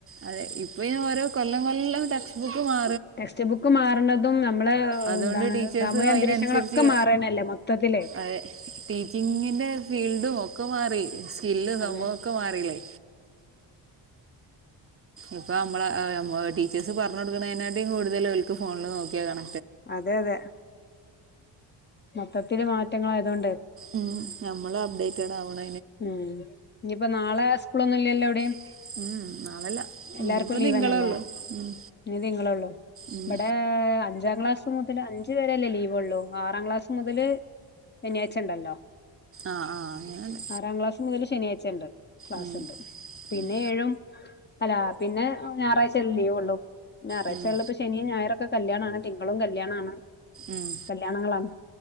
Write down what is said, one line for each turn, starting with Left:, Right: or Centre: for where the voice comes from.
Right: അതെ ഇപ്പൊ ഇ ഓരോ കൊല്ലം കൊല്ലം ടെക്സ്റ്റ് ബുക്ക് മാ
Left: ടെക്സ്റ്റ് ബുക്ക് മാറുന്നതും നമ്മള്
Right: അതുകൊണ്ട്
Left: എന്താണ്
Right: ടീച്ചേഴ്സ്
Left: സാമൂഹ്യ
Right: അതിനനുസരിച്ച്
Left: അന്തരീക്ഷങ്ങളൊക്കെ മാറണല്ലേ മൊത്തത്തിൽ
Right: അതെ ടീച്ചിങ്ങിന്റെ ഫീൽഡും ഒക്കെ മാറി സ്കില്ല് സംഭവം
Left: അതെ
Right: ഒക്കെ മാറില്ലേ ഇപ്പം നമ്മള മ്മള് ടീച്ചേഴ്സ് പറഞ്ഞ കൊടുക്കുന്നതിനായിട്ടേും കൂടുതൽവക്ക് ഫോണിൽ നോക്കിയാ കാണ
Left: അതെ അതെ മൊത്തത്തില് മാറ്റങ്ങളായതൊണ്ട്
Right: ഉം ഞമ്മള് അപ്ഡേറ്റഡ് ആവണ
Left: ഉം ഇനിയിപ്പോ നാളെ സ്കൂളൊന്നും ഇല്ലല്ലോ എവിടെയും
Right: ഉം നാളല്ല
Left: എല്ലാർക്കും
Right: ഇനിയിപ്പോ
Left: ലീവന്നല്ലേ
Right: തിങ്കളേ ഉള്ളു ഉം,
Left: ഇനി തിങ്കളൊള്ളൂ.
Right: ഉം.
Left: ബെടേ അഞ്ചാം ക്ലാസ് അഞ്ചു വരെല്ലേ ലീവ്ള്ളൂ ആറാം ക്ലാസ് മുതല് ശനിയാഴ്ച ണ്ടല്ലോ
Right: ആഹ് ആഹ് അങ്ങനെണ്ട്
Left: ആറാം ക്ലാസ് മുതൽ ശനിയാഴ്ചയ ണ്ട് ക്ലാസ്ണ്ട്.
Right: ഉം,
Left: പിന്നെ
Right: ഉം,
Left: ഏഴും അല്ല പിന്നെ ഞായറാഴ്ച ലീവ ഉള്ളു ഞായറാഴ്ച
Right: ഉം,
Left: ള്ളപ്പ ശനിയും ഞായറൊക്കെ കല്യാണാണ് തിങ്കളും കല്യാണാണ്
Right: ഉം,
Left: കല്യാണങ്ങളാണ്.